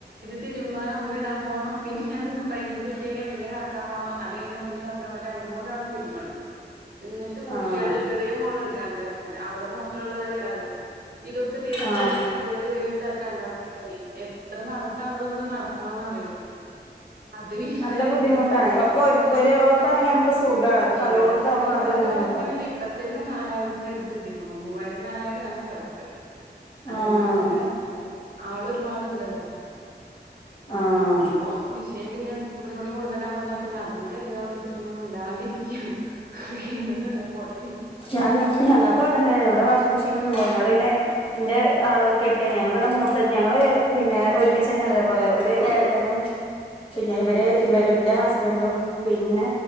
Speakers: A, on the right (about 60°); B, on the left (about 30°).
A: തിരുമ്പാനും ഒന്ന് ഇടാൻ പോണം. പിന്നെ അത് പതിനഞ്ച് മിനിറ്റ് കഴിഞ്ഞാൽ പിന്നേം കറക്കാൻപോണം. അത് കഴിഞ്ഞാ വീണ്ടുംകറക്കണവരെ രണ്ട് രണ്ട് മൂന്ന് തവണ തിരുമ്പണം എന്നിട്ട് കുട്ടികള്
B: ആഹ്
A: ചെറിയ മോളുണ്ട് രണ്ട് വയസ്സായത് അവള് മൂത്രമുള്ളതെല്ലാം ഇടക ഇതൊക്കെ തിരുമ്പിയ
B: ആഹ്
A: ഊരൽ കഴിഞ്ഞിട്ട് അത് രണ്ടാമത് പണ എത്ര നട നടക്കണെന്ന് എന്നറിയോ അത് വിചാരിച്ചിട്ട്
B: നല്ല ബുദ്ധിമുട്ടാണേ ഒക്കെ ഒരു
A: നല്ല
B: ഒരോത്താണെങ്കി
A: ബുദ്ധിമുട്ടാണ്.
B: നമുക്ക് സുഖാണ് ഇത് പലോടത്താവുമ്പോ
A: ഇവിടെത്തെ ഇവിടെ
B: നല്ല ബുദ്ധിമുട്ടാ
A: കാര ഇപ്പ തന്നെ നാലായിരത്തിന്റെ അടുത്ത്ത്തിക്കണോ മൂവായിരം പതിനാലായിരം ആണ് കടക്ക് അതെല്ലാ
B: ആഹ്
A: തന്നെ ക പോ ആൾ ഒരുപാടുണ്ടല്ലോ.
B: ആഹ്
A: അപ്പം മിഷൻ പിന്നെ ഇട്ട കൂടി കൊടുക്കാൻ പറഞ്ഞാ പിന്നെ അതും കൂ അികച്ചിട്ട്ന്നെ മണ്ടണ്ടിരിക്കും അനെ പോട്ട
B: ഞാ ഞങ്ങൾക്കും അങ്ങനന്ന ഇവിടെ വാഷിംഗ് മെഷീൻ ഒന്നണ്ടവിടെെ. എന്റെ ക്കാണ് ഞങ്ങളുടെ മൂത്ത ഞങ്ങള് പിന്നെ ഒരുമിച്ച് തന്നെയാണ് അതേപോലെ ഒരു ഏട്ടനും പിന്നെ
A: ആഹ്
B: ഇവര് ഇവരുംന്റെ ഹസ്ബൻഡും. പിന്നെ